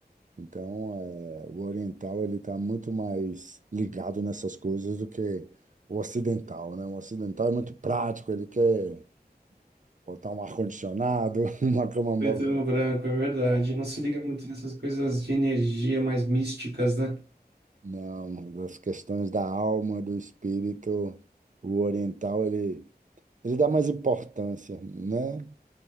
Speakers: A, on the right; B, on the right.
A: Então, é, o oriental ele está muito mais ligado nessas coisas do que o ocidental, né? O ocidental é muito prático, ele quer botar um ar-condicionado, <laughs> uma cama.
B: Preto
A: mo-
B: no branco, é verdade. Não se liga muito nessas coisas de energia mais místicas, né?
A: Não, as questões da alma, do espírito, o oriental ele, ele dá mais importância, né?